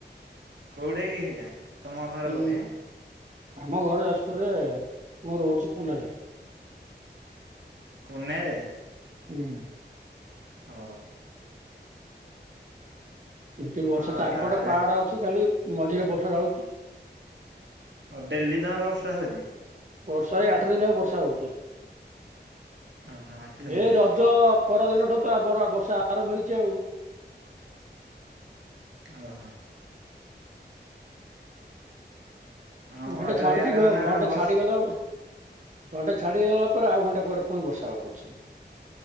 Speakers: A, on the right; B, on the right.
A: କୋଉଠି କି ସେଇଟା? ତମ ଘରେ
B: ଉଁ
A: ପଟେ ହାଁ?
B: ଆମ ଘର ଯାଜପୁରରେ ଆଉ। ମୁଁ ରହୁଚି ପୁନରେ।
A: ପୁନେ ରେ?
B: ଆଜ୍ଞା।
A: ଓ
B: ଏମତି ବର୍ଷା
A: ଆଉ
B: ଚାରିପଟ
A: ତାହେଲେ
B: ପାହାଡ ଅଛି, ଖାଲି ମଝିରେ ବର୍ଷା ଢାଳୁଚି।
A: ଆଉ ଡେଲଲି ତମରବର୍ଷା ହଉଚି?
B: ବର୍ଷା ଏଇ ଆଠ ଦିନ ବର୍ଷା ହଉଚି।
A: ଓହୋ ଆଠ ଦିନ
B: ଏ
A: ହେଲା
B: ରଜ ପରଦିନ ଠୁ ତ ବର ବର୍ଷା ଆରମ୍ଭ ହେଇଚି ଆଉ।
A: ଓ ହୋ। ଆମର
B: ଘଣ୍ଟା ଛାଡୁଚି
A: ବି ଇଆଡେ ମାନେ
B: ଘଣ୍ଟା
A: ବସ
B: ଛାଡିଗଲା ଆ। ଘଣ୍ଟା ଛାଡିଦଲା ପରେ ଆଉ ଘଣ୍ଟା ପରେ ପୁଣି ବର୍ଷା ହଉଚି।